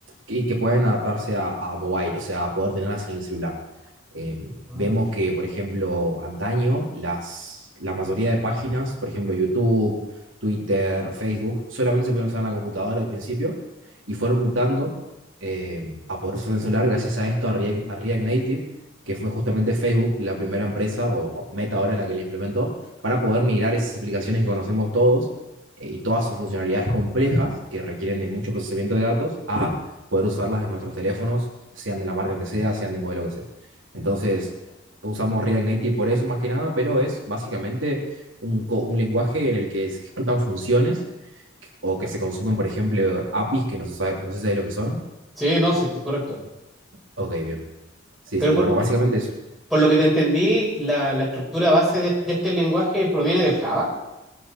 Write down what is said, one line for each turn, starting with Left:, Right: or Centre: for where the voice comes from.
Right: y que pueden adaptarse a, a mobile, o sea, a poder tenerlas en el celular. Em,
Centre: Ah,
Right: vemos
Centre: perfecto.
Right: que, por ejemplo, antaño, las, la mayoría de páginas, por ejemplo, YouTube, Twitter, Facebook, solamente se podían usar en la computadora al principio y fueron mutando eh, a poder usar el celular gracias a esto, a React, a React Native, que fue justamente Facebook la primera empresa o meta ahora la que la implementó, para poder migrar esas aplicaciones que conocemos todos eh, y todas sus funcionalidades complejas que requieren de mucho procesamiento de datos a poder usarlas en nuestros teléfonos, sean de la marca que sea, sean de modelo que sea. Entonces, usamos React Native por eso más que nada, pero es básicamente un, co- un lenguaje en el que se ejecutan funciones o que se consumen, por ejemplo, APIs que no se sabe, no se sabe lo que son,
Centre: Sí, no, sí, correcto.
Right: Ok, bien. Sí,
Centre: Pero
Right: sí.
Centre: por,
Right: Bueno, básicamente es
Centre: por lo que te entendí, la, la estructura base de, de este lenguaje proviene del Java,